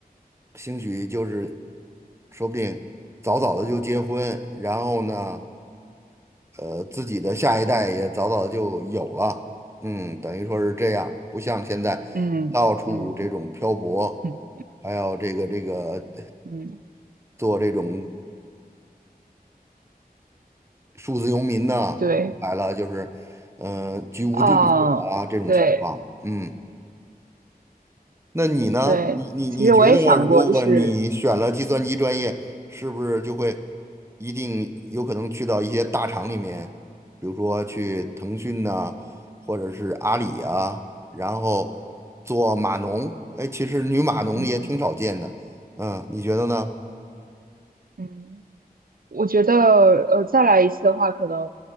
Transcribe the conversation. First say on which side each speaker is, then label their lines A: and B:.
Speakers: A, on the right; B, on the right.
A: 兴许就是说不定早早的就结婚，然后呢，呃，自己的下一代也早早就有了，嗯，等于说是这样，不像现在到处这种漂泊，
B: 嗯嗯嗯
A: 还有这个这个
B: 嗯，
A: 做这种。数字游民呢，
B: 对
A: 来了就是，呃，居无定所啊这种情况。
B: 啊，对
A: 嗯，那你呢？
B: 对，
A: 你你你觉得，
B: 其实我也想过，
A: 如果你选了计算机专业，
B: 就是
A: 是不是就会一定有可能去到一些大厂里面，比如说去腾讯呐、或者是阿里啊，然后做码农？哎，其实女码农也挺少见的。
B: 嗯
A: 嗯，你觉得呢？
B: 嗯，我觉得，呃，再来一次的话，可能